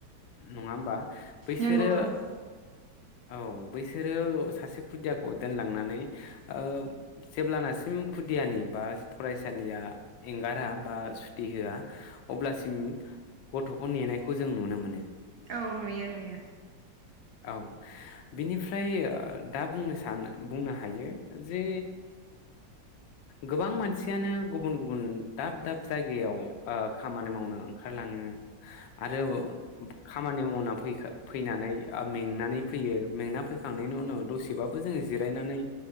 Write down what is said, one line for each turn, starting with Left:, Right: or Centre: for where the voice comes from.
Left: नङा होमबा बैसोरो
Right: नंगौ नंगौ
Left: ओ औ बैसोरो सासे खुदिया खौ दोनलांनानै ओ जेब्लानासिम खुदियानि बा फरायसालिया एंगारा बा सुटि होआ अब्लासिम गथखौ नेनायखौ जों नुनो मोनो
Right: औ नुयो नुयो
Left: औ बिनिफ्राय ओ दा बुंनो सा सानो बुंनो हायो जे गोबां मानसियानो गुबुन गुबुन दाब दाब जायगायाव ओ खामानि मावनो ओंखारलाङो आरो खामानि मावना फैनानै आं मेंनानै फैयो मेंना फैखांनायनि उनाव दसेबा बो जोङो जिरायनानै